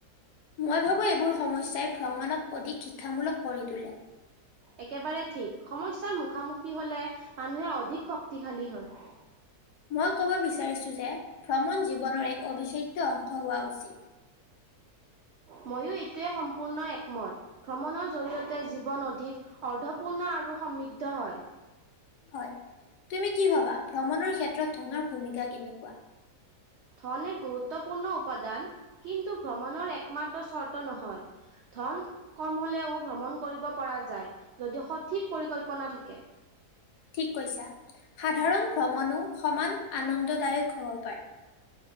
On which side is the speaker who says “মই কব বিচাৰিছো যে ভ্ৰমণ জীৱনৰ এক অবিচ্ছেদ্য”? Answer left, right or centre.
Left